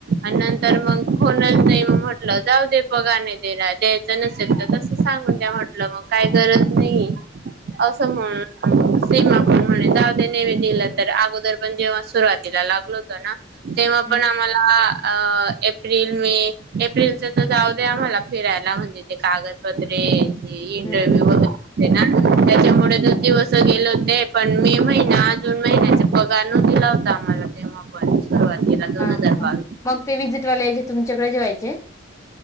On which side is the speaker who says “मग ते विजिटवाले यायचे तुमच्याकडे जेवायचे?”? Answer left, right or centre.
Left